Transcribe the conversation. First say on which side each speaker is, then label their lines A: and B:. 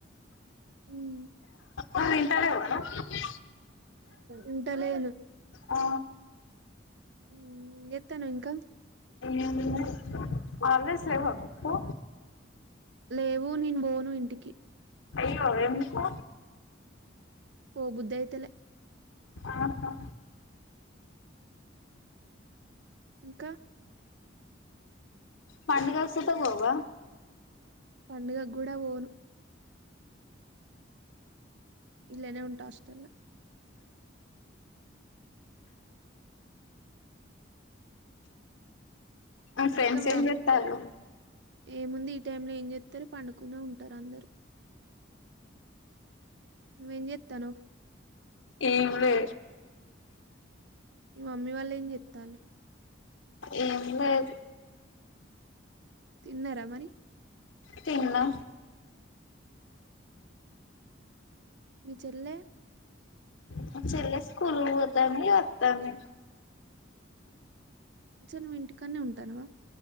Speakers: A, on the right; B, on the left.
A: ఉమ్.
B: అ ఇంట్లాలెవా నువ్వు.
A: ఉంటాలేను.
B: ఆ
A: ఉమ్ ఎంజేత్తునవ్ ఇంకా.
B: ఏం హాలిడేస్ లేవా మీకు.
A: లేవు నేను పోను ఇంటికి.
B: అయ్యో ఎందుకు.
A: పోబుద్ధేయితాలే.
B: ఆహా
A: ఇంకా.
B: పండగ వస్తుంటే పోవ.
A: పండుగకు కూడా వోను. ఇల్లనే ఉంటా హాస్టల్లా.
B: నా ఫ్రెండ్స్
A: ఇంకా మీ
B: ఏం
A: మమ్మీ
B: చేత్తన్లూ.
A: ఏముంది ఈ టైమ్ లో ఏం చెత్తరు పండుకునే ఉంటారు అందరు. నువ్వే ఎంజెత్తానవ్.
B: ఏం లే.
A: మీ మమ్మీ వాళ్ళు ఏం చెత్తార్లు.
B: ఏం లేదు.
A: తిన్నారా మరి.
B: తిన్నాం.
A: మీ చెల్లె.
B: మా చెల్లె స్కూల్ కు పోతాంది వస్తాంది.
A: కొంచన్ మీ ఇంటికనే ఉంటానువా.